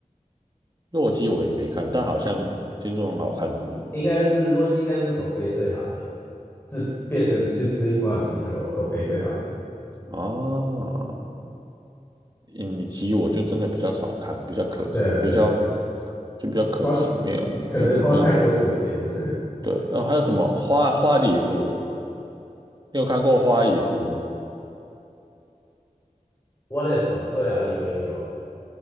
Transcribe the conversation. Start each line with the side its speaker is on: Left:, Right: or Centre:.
Right: 洛基我也没看，但好像听说很好看，是不是？
Left: 应该是洛基，应该是口碑最好的，自变成 Disney Plus 以后口碑最好的。
Right: 啊，影集我就真的比较少看，比较可惜，
Left: 对啊，对啊，
Right: 比较就比较可惜，
Left: 花
Right: 没有没有没有。
Left: 可能花太多时间了。
Right: 对，哦，还有什么花花礼服？你有看过花礼服吗？
Left: <laughs> What if 啊？对啊，有有有，